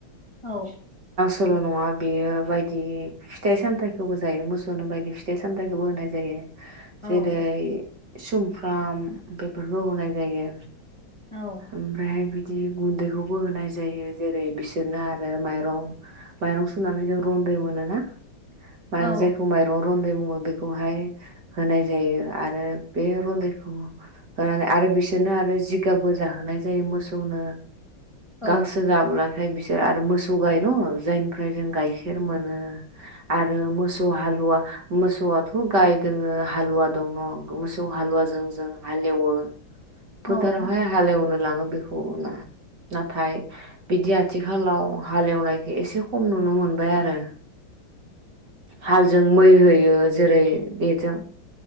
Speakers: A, on the left; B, on the right.
A: औ
B: सल नङा बेयो बायदि फिथाइ सामथायाइखौबो जायो मोसौनो बायदि फिथाइ सामथायाइखौबो होनाय जायो जेरै
A: औ
B: सुमफ्राम बेफोरखौ होनाय जायो
A: औ
B: <inaudible> ओमफ्राय बिद बिदि गुनदैखौबो होनाय जायो जेरै बिसोरनो आरो माइरं माइरं सुनानै जों रनदै मोनोना माइ
A: औ
B: जायखौ माइरं र ब बेखौहाय होनाय जायो आरो बे रनदैखौ होनानै आरो बिस बिदिनो आरो जिगाबो जाहोनाय जायो मोसौनो
A: औ
B: गांसो जाब्ला ओमफाय बिसोर आरो मोसौ गाय न जायनिफ्राय जों गाइखेर मोनो आरो मोसौ हालुवा मोसौआथ गाय दोङो हालुवा दङ मोसौ हालुवाजों जों हालेवो
A: औ
B: फोथारावहाय हालेवनो लाङो बेखौ ना नाथाय बिदि आथिखालाव हालेवनायखो एसे खम नुनो मोनबाय आरो हालजों मै होयो जेरै बेजों